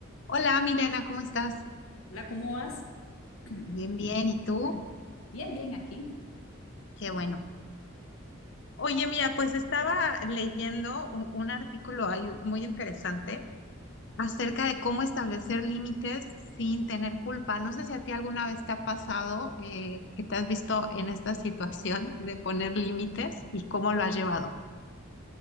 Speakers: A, on the left; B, on the left.
A: Hola, Milena, ¿cómo estás?
B: Hola, ¿cómo vas? <clears throat>
A: Bien, bien. ¿Y tú?
B: Bueno, Bien, bien, aquí
A: Qué
B: en
A: bueno.
B: la casa.
A: Oye, mira, pues estaba leyendo un, un artículo ahí muy interesante acerca de cómo establecer límites sin tener culpa. No sé si a ti alguna vez te ha pasado eh, que te has visto en esta situación de poner límites y cómo lo has llevado.